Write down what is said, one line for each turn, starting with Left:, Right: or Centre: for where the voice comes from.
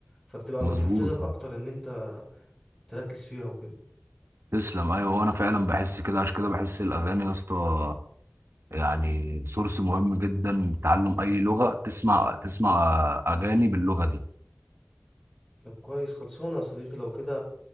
Centre: فبتبقى
Right: مظبوط
Centre: بتحفزك أكتر إن أنت تركز فيها وكده
Right: تسلم ايوه وانا فعلا بحس كده عشان كده بحس الاغاني يا اسطى يعني سورس مهم جدا تعلم أي لغة تسمع تسمع أغاني باللغة دي
Centre: طب كويس خلصانة يا صديقي لو كده